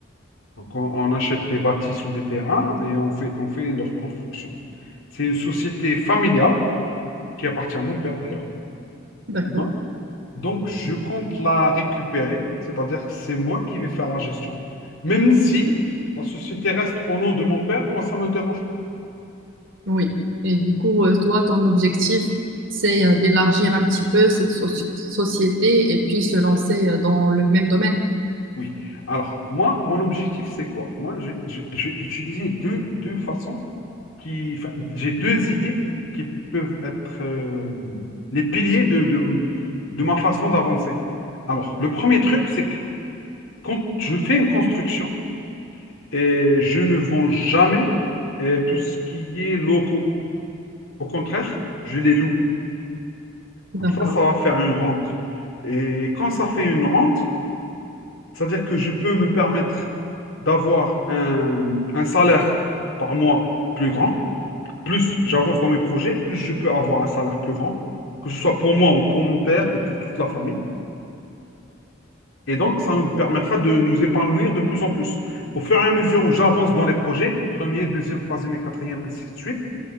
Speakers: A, on the left; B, on the right.
A: Donc, on, on achète des bâtisses ou des terrains et on fait, on fait leur construction. C'est une société familiale qui appartient à mon père d'ailleurs.
B: d'accord.
A: Donc, donc, je compte la récupérer, c'est-à-dire que c'est moi qui vais faire la gestion. Même si la société reste au nom de mon père, moi, ça ne me dérange pas.
B: Oui, et du coup, euh, toi, ton objectif, c'est euh, d'élargir un petit peu cette soci- société et puis se lancer euh, dans le même domaine.
A: Oui. Alors, moi, mon objectif, c'est quoi? Moi, j'ai j'ai- j'ai utilisé deux, deux façons qui, enfin, j'ai deux idées qui peuvent être euh, les piliers de, de, de ma façon d'avancer. Alors, le premier truc, c'est que quand je fais une construction, et je ne vends jamais euh, tout ce qui est locaux. Au contraire, je les loue.
B: D'accord.
A: Comme ça, ça va faire une rente. Et quand ça fait une rente, c'est-à-dire que je peux me permettre d'avoir un, un salaire par mois plus grand plus j'avance dans mes projets, plus je peux avoir un salaire plus grand, que ce soit pour moi ou pour mon père ou pour toute la famille. Et donc, ça me permettra de nous épanouir de plus en plus. Au fur et à mesure où j'avance dans les projets, premier, deuxième, troisième et quatrième, ainsi de suite,